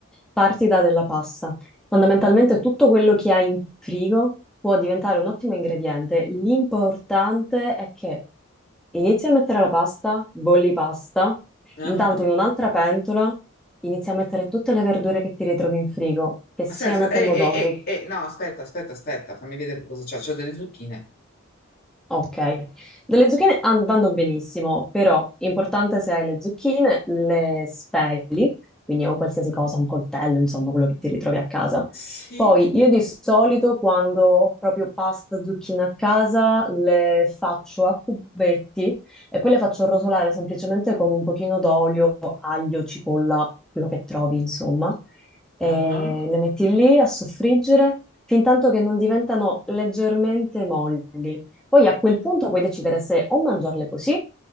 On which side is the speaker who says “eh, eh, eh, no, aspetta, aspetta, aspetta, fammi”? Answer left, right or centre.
Left